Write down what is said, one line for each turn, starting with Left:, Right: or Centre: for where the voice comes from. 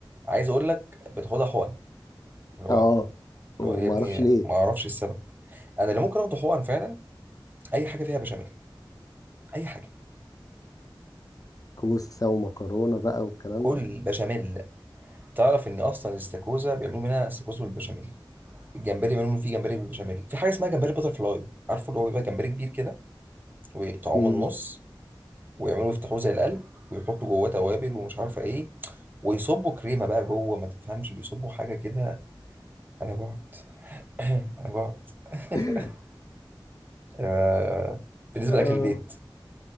Right: عايز اقول لك بتاخدها حقن اللي هو
Left: اه
Right: اللي
Left: وما
Right: هو يا ابني
Left: اعرفش ليه
Right: ما اعرفش السبب انا اللي ممكن اخده حقن فعلا اي حاجه فيها بشاميل اي حاجه
Left: كوسه ومكرونه بقى والكلام
Right: كل
Left: ده
Right: بشاميل تعرف ان اصلا الاستاكوزا بيعملوا منها استاكوزا بالبشاميل الجمبري منهم في جمبري بالبشاميل في حاجه اسمها جمبري باتر فلاي عارفه اللي هو بيبقى جمبري كبير كده ويقطعوه
Left: مم.
Right: من النص ويعملوا يفتحوه زي القلب ويحطوا جواه توابل ومش عارفه ايه ويصبوا كريمه بقى جوه ما تفهمش بيصبوا حاجه كده انا جعت <clears throat> انا جعت <laughs>
Left: <laughs>
Right: آه، بالنسبه
Left: آه.
Right: لاكل البيت